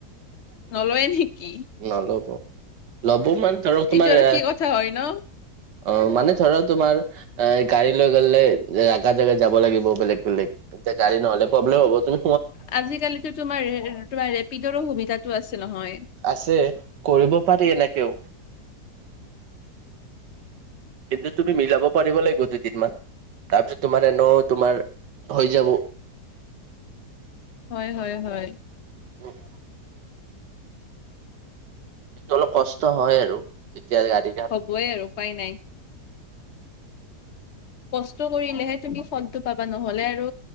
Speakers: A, on the left (about 55°); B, on the right (about 80°).
A: নলয়ে নেকি
B: নল'ব ল'ব মানে ধৰক তোমাৰ
A: এইটো আৰু
B: এ
A: কি কথা হয় ন
B: অ' মানে ধৰা তোমাৰ এ গাড়ী লৈ গ'লে, আগৰ জেগাত যাব লাগিব বেলেগ বেলেগ এতিয়া গাড়ী নহ'লে প্ৰব্লেম হ'বটো।
A: আজিকালিতো তোমাৰ, তোমাৰ ৰেপিডৰো সুবিধাটো আছে নহয়
B: আছে, কৰিব পাৰি এনেকেও। কিন্তু তুমি মিলাব পাৰিব লাগিব দুদিনমান, তাৰপিছত তোমাৰ এনেও তোমাৰ হৈ যাব।
A: হয় হয় হয়।
B: উম্। অলপ কষ্ট হয় আৰু তেতিয়া গাড়ী
A: হ'বই আৰু উপায় নাই। কষ্ট কৰিলেহে তুমি ফলটো পাবা, নহ'লে আৰু